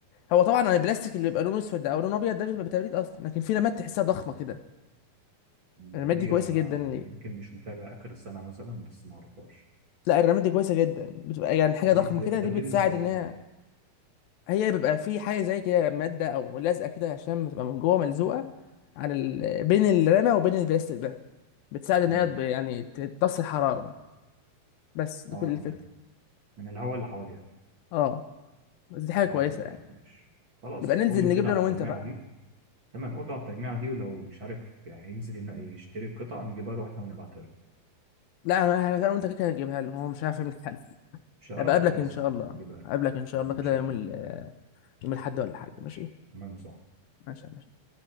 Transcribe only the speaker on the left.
هو طبعا البلاستيك اللي بيبقى لونه اسود او لونه ابيض ده بيبقى تبريد اصلا لكن في رمات تحسها ضخمه كده
الرمات دي كويسه
جدا ليه
لا الرمات دي كويسه جدا بتبقى يعني حاجه
ضخمه
كده
دي بتساعد
ان
هي هي بيبقى في حاجه زي كده ماده او لازقه كده عشان بتبقى من جوه ملزوقه على ال... بين الرمه وبين البلاستيك ده بتساعد ان
هي تب- يعني تمتص الحراره بس دي
كل الفكره
اه بس دي حاجه
كويسه
يعني
نبقى ننزل
نجيب
له
انا
وانت بقى
لا انا انا أنا وانت كده كده هنجيبها له هو مش عارف يعمل حاجه
ابقى اقابلك
ان شاء
الله
اقابلك ان شاء
الله كده
يوم
ال يوم الاحد ولا حاجه
ماشي
ماشي يا باشا.